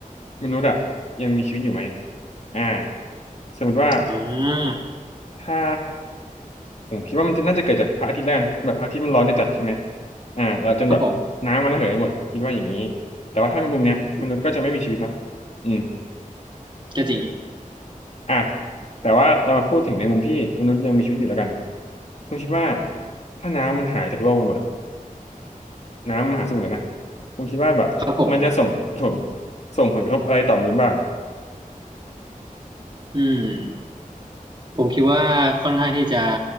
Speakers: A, on the left; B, on the right.
A: มนุษย์อ่ะยังมีชีวิตอยู่ไหมอ่าสมมติว่า
B: อ่า
A: ถ้าผมคิดว่ามันจะน่าจะเกิดจากพระอาทิตย์แล้วกันแบบพระอาทิตย์มันร้อนจะจัดใช่ไหมอ่าเราจนแบบน้ำมันระเหยหมดคิดว่าอย่างนี้
B: ครับผม
A: แต่ว่าถ้ามุมเนี้ยมนุษย์ก็จะไม่มีชีวิตเนาะ
B: อืม
A: อืม
B: ก็จริงนะ
A: อ่ะแต่ว่าเรามาพูดถึงในมุมที่มนุษย์ยังมีชีวิตอยู่แล้วกันคุณคิดว่าถ้าน้ำมันหายจากโลกไปหมดอะน้ำมหาสมุทรอะนะคุณคิดว่าแบบมันจะส่งผล
B: ครับผม
A: ส่งผลกระทบอะไรต่อมนุษย์บ้าง
B: อืมผมคิดว่าค่อนข้างที่จะ